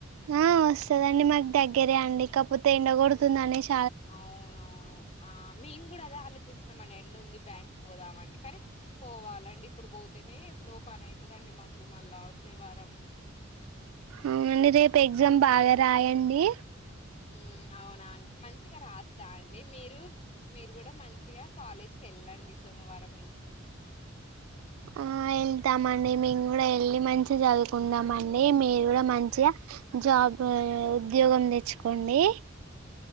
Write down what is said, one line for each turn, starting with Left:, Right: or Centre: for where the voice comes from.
Right: ఆ వస్తుదండి మాకు దగ్గరే అండి కాపోతే ఎండ కొడుతుంది అనేస్
Left: అవునవును ఆ మేం కూడా అదే ఆలోచిస్ న్నమండి ఎండుంది బ్యాంక్ పోదామంటే కానీ పోవాలండి ఇప్పుడు పోతేనే ఎప్పుడో పని అయితదండి మాకు మళ్ళా వచ్చే వారం
Right: అవునండి రేపు ఎగ్జామ్ బాగా రాయండి
Left: మ్ అవునా అండి మంచిగా రాస్తా అండి మీరు మీరు కూడా మంచిగా కాలేజ్కి వెళ్ళండి సోమవారం నుంచి
Right: ఆ వెళ్తామండి మేము కూడా వెళ్ళి మంచిగా చదువుకుంటామండి మీరు కూడా
Left: హ్మ్.
Right: మంచిగా జాబ్ ఉద్యోగం తెచ్చుకోండి